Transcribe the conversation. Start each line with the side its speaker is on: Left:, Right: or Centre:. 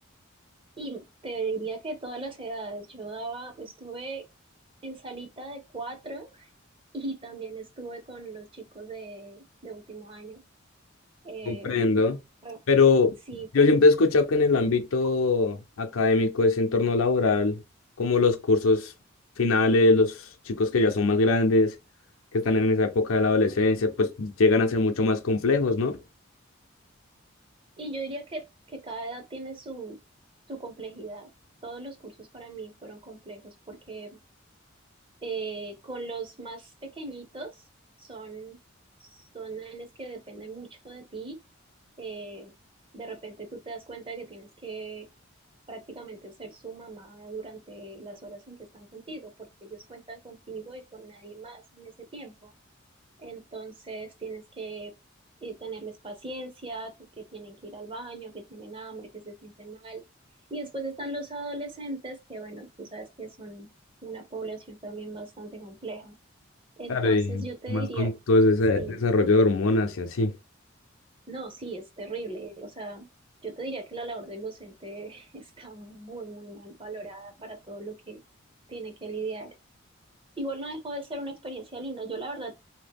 Right: y te diría que todas las edades, yo daba, estuve en salita de cuatro y también estuve con los chicos de, de último año. Eh,
Left: Comprendo.
Right: fue-
Left: Pero
Right: Sí,
Left: yo siempre he escuchado que en el ámbito académico, ese entorno laboral, como los cursos finales, los chicos que ya son más grandes, que están en esa época de la adolescencia, pues llegan a ser mucho más complejos, ¿no?
Right: Y yo diría que, que cada edad tiene su, su complejidad. Todos los cursos para mí fueron complejos porque eh, con los más pequeñitos son, son nenes que dependen mucho de ti. Eh, de repente tú te das cuenta de que tienes que prácticamente ser su mamá durante las horas en que están contigo porque ellos cuentan contigo y con nadie más en ese tiempo. Entonces tienes que eh, tenerles paciencia, que, que tienen que ir al baño, que tienen hambre, que se sienten mal. Y después están los adolescentes, que bueno, tú sabes que son una población también bastante compleja. Entonces
Left: Claro, y
Right: yo te
Left: más
Right: diría,
Left: con todo ese
Right: sí,
Left: desarrollo de hormonas y así.
Right: no, sí, es terrible. O sea, yo te diría que la labor del docente <laughs> está muy, muy mal valorada para todo lo que tiene que lidiar. Igual no dejó de ser una experiencia linda. Yo la verdad